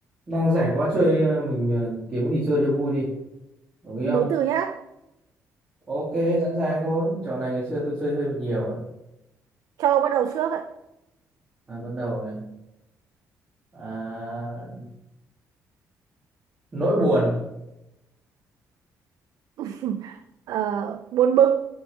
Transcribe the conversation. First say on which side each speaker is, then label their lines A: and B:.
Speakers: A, on the right; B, on the right.
A: đang rảnh quá chơi ờ, mình ờ, kiếm cái gì chơi cho vui đi đồng ý
B: nối
A: không
B: từ nhá
A: ok sẵn sàng thôi trò này ngày xưa tôi chơi hơi bị nhiều đấy
B: cho bắt đầu trước ạ
A: à, bắt đầu này à, nỗi buồn
B: <laughs> Ờ, buồn bực